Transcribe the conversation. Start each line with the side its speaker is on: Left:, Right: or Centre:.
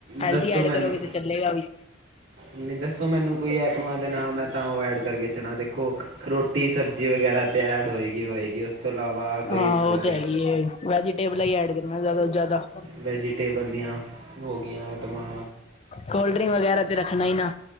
Left: ਹੈਲਦੀ
Right: ਦੱਸੋ
Left: ਐਡ
Right: ਮੈਨੂੰ
Left: ਕਰੋਗੇ ਤੇ ਚੱਲੇਗਾ ਵੀ।
Right: ਨਹੀਂ ਦੱਸੋ ਮੈਨੂੰ ਕੋਈ ਐਟਮਾਂ ਦੇ ਨਾਂ ਮੈਂ ਤਾਂ ਉਹ ਐਡ ਕਰਕੇ ਚਲਾ ਦੇ ਦੇਖੋ ਰੋਟੀ ਸਬਜ਼ੀ ਵਗੈਰਾ ਤੇ ਐਡ ਹੋਏਗੀ, ਹੋਏਗੀ। ਉਸ ਤੋਂ ਇਲਾਵਾ ਕੋਈ
Left: ਹਾਂ,
Right: ਹੋਵੇ
Left: ਉਹ ਤੇ ਹੈਗੀ ਹੈ, ਵੈਜੀਟੇਬਲ ਹੀ ਐਡ ਕਰਨਾ ਜ਼ਿਆਦਾ ਤੋਂ ਜ਼ਿਆਦਾ।
Right: ਵੈਜੀਟੇਬਲ ਦੀਆਂ ਹੋ ਗਈਆਂ ਐਟਮਾਂ।
Left: ਕੋਲਡ ਰਿੰਕ ਵਗੈਰਾ ਤੇ ਰੱਖਣਾ ਹੀ ਨਾ।